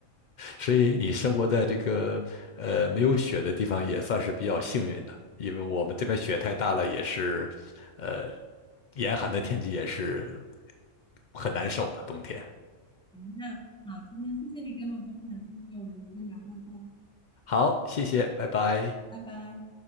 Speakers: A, on the left (about 80°); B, in the centre.
A: 所以你生活在这个呃没有雪的地方也算是比较幸运的，因为我们这边雪太大了，也是，呃，严寒的天气也是很难受的冬天。
B: 行那好，今天谢谢你跟我分享这些，我们先聊到这，
A: 好，谢谢，拜拜。
B: 拜拜。